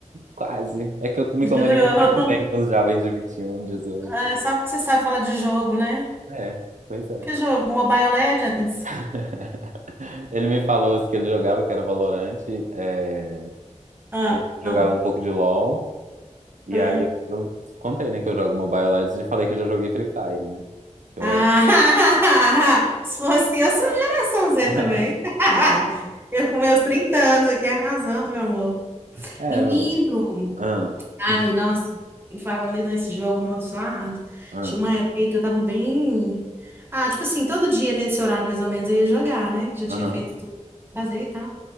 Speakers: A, on the right; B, on the right.
A: quase. É que eu me comunico
B: Jurou.
A: muito bem
B: <laughs>
A: com os jovens de 21, 18.
B: Ah, só porque você sabe falar de jogo, né?
A: É, pois é.
B: Que jogo? Mobile Legends?
A: <laughs> Ele me falou que ele jogava, que era Valorante. é,
B: Ah,
A: ele jogava
B: ah,
A: um pouco de LoL. E
B: ah.
A: aí eu, eu contei, né, que eu jogo Mobile Legends e falei que eu já joguei Free Fire, né? Eu
B: Ah,
A: era-
B: <laughs> se fosse eu, sou geração Z
A: <laughs>
B: também. <laughs> Eu com meus 30 anos aqui arrasando, meu amor.
A: É,
B: Menino!
A: meu bem. Ah,
B: Ai,
A: hum,
B: nossa, e falando ali nesse jogo amaldiçoado,
A: ah,
B: tinha uma época aí que eu tava bem. Ah, tipo assim, todo dia nesse horário mais ou menos eu ia jogar, né? Já tinha
A: aham.
B: feito tudo, pra fazer e tal.